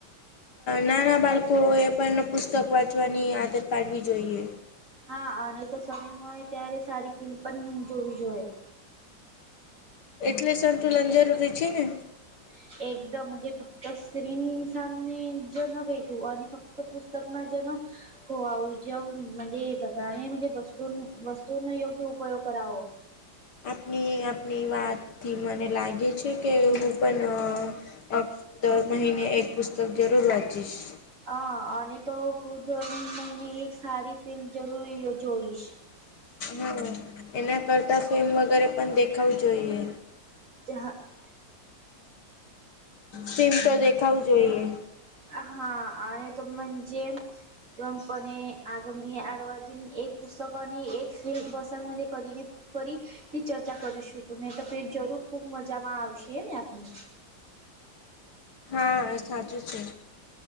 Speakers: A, on the left; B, on the right.
A: નાના બાળકો એ પણ પુસ્તક વાંચવાની આદત પાડવી જોઈએ
B: હા અને તો સમય મળે ત્યારે સારી ફિલ્મ પણ જોવી જોઈએ
A: એટલે સંતુલન જરૂરી છે ને
B: <inaudible> એકદમ જ ફક્ત સ્ક્રીન સામન જ ન ભેટું અને ફક્ત પુસ્તક માજ ન હોઆઉ જ મંજે બધાને મંજે બસ તું વસ્તુનો યોગ્ય ઉપયોગ કરવો
A: આપણી આપણી વાત થી મને લાગે છે કે હું પણ દર મહિને એક પુસ્તક જરૂર વાંચીશ
B: હ અને તો હું દર મહિને એક સારી ફિલ્મ જરૂરી જોઈશ
A: હા એના કરતા ફિલ્મ વગેરે પણ દેખાવું જોઈએ
B: <unintelligible>
A: સિમ તો દેખાવું જોઈએ.
B: હા <unintelligible> <unintelligible> ફરીથી ચર્ચા કરશું તું નહી તો જરૂર ખુબ મજામાં આવશે ને આપણે
A: હા સાચું છે.